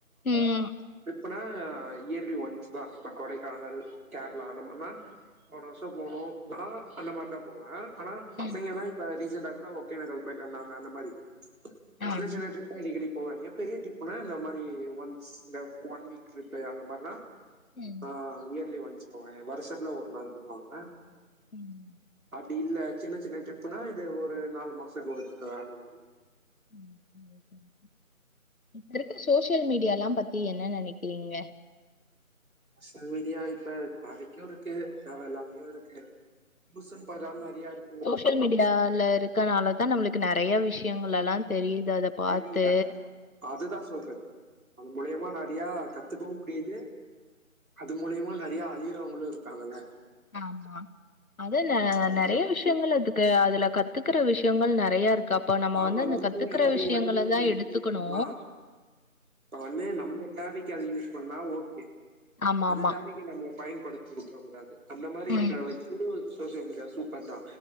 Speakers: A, on the left; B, on the right.
A: ம்
B: எப்பனா இயர்லி ஒன்ஸ் தா இப்ப கொடைக்கானல் கேரளா அந்த மாரினா போன வருஷம் போனோ நா அந்த மாரிதா போவ ஆனா பசங்கலா
A: ம்
B: இப்ப ரீசண்டா கூட ஓகேனகல் போயிட்டு வந்தாங்க அந்த மாரி சின்ன
A: ஆ
B: சின்ன ட்ரி ப்பு அடிக்கடி போவாங்க பெரிய ட்ரிப்னா இந்த மாதிரி ஒன்ஸ் ஒன் வீக் ட்ரிப் அந்த மார்னா
A: ம்
B: ஆ இயர்லி ஒன்ஸ் போவ வருஷத்துல ஒரு நாள் போவாங்க
A: ம்
B: அப்டி இல்ல சின்ன சின்ன ட்ரிப்னா இது ஒரு நாலு மாச ஒருக்கா அந்த மாரி
A: ம் ம் ஓகே ஓகே இப்ப இருக்க சோசியல் மீடியால்லா பத்தி என்ன நெனைக்கிறீங்க
B: சல் மீடியா இப்ப தேவைக்கு இருக்கு தேவ இல்லாமையு இருக்கு யூஸ்சுன் பாத்தா நறையா இருக்கு
A: சோஷியல் மீடியால இருக்கனால தா நம்மளுக்கு நெறைய விஷயங்கள் எல்லா தெரியுது அத பாத்து.
B: தெரிதா அது தா சொல்ற அது மூலியமா நறையா கத்துக்கவு முடிது அது மூலியமா நறையா அழியிறவங்களு இருக்காங்கல்ல
A: ஆமா அது ந
B: அது
A: நறைய விஷய விஷயங்கள் அதுக்கு அதுல கத்துக்கற விஷயங்கள் நெறய இருக்கு அப் இப்ப நம்ம
B: ஆமா
A: வந்து அந்த
B: நம்ம
A: கத்துக்கற
B: அது
A: விஷயங்களதா
B: வந்து
A: எடுத்துக்கணு
B: எப்டி தெரியுமா இப்ப வந்து நம்ம தேவைக்கு அத யூஸ் பண்ணா ஓகே
A: ஆமாமா.
B: அது தேவைக்கு நம்மள பயன்படுத்திக்க வுட்ற கூடாது அந்த மாரி இருக்குற
A: ம்.
B: வரைக்கு சோசியல் மீடியா சூப்பர் தா